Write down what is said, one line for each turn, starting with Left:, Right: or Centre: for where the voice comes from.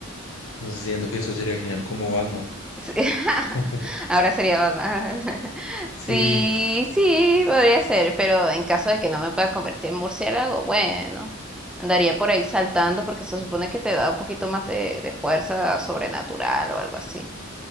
Left: Siento que eso sería genial, como Batman.
Centre: Sí. <laughs>
Left: <laughs>
Centre: Ahora sería Batman.
Left: Sí,
Centre: Sí, sí, podría ser, pero en caso de que no me pueda convertir en murciélago, bueno, andaría por ahí saltando porque se supone que te da un poquito más de, de fuerza sobrenatural o algo así.